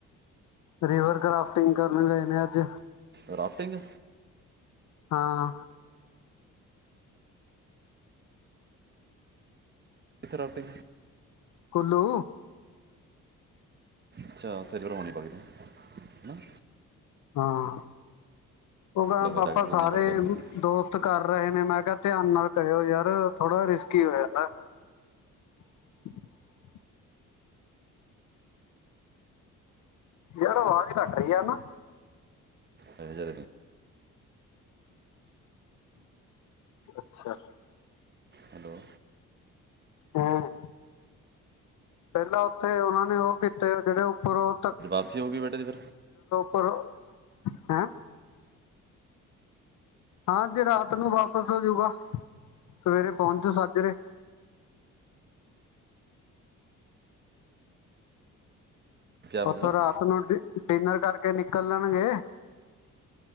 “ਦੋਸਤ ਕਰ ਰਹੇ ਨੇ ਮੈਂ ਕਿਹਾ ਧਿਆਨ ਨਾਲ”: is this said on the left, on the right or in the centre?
Left